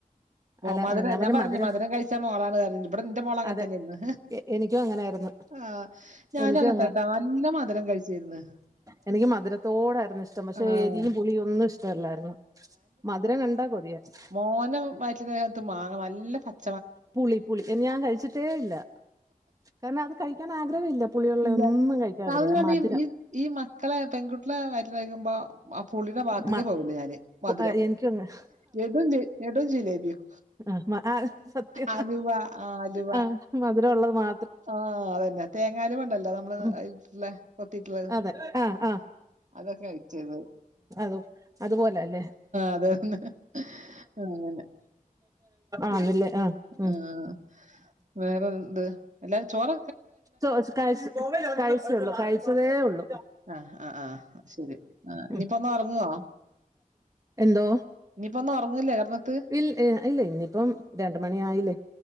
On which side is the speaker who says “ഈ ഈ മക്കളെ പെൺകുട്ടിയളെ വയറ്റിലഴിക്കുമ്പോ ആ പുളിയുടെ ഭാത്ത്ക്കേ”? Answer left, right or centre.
Right